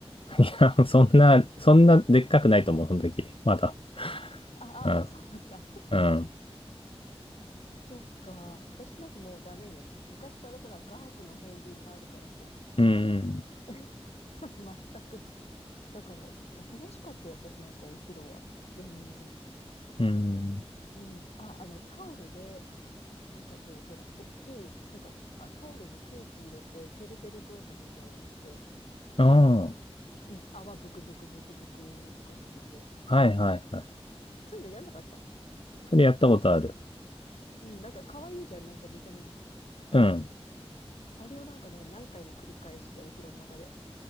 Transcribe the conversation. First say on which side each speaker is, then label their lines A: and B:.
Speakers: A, on the left; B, on the left.
A: <laughs> いや、そんな、そんなでっかくないと思う、その時。まだ。<laughs>
B: ああ、
A: うん。
B: あそうなんだ。
A: うん。
B: そっか。私なんかもうダメよ。昔からほら、画伯の片鱗があるからさ。
A: うん。
B: <laughs> 全く。だから、おとなしかったよ、私なんかお風呂は。全然。
A: うん。
B: うん。あ、あの、タオルで、なんかこう、ほら、大きい、なんか、あ、タオルに空気入れて、てるてる坊主みたいにして、
A: あん。
B: うん、泡ブクブクブクブクとかさせて。
A: はいはいはい。
B: そういうのやんなかったなんかこ
A: それやったことある。
B: う、うん、なんか可愛いじゃん、なんか見た目がさ。
A: うん。
B: あれをなんかね、何回も繰り返して、お風呂の中で。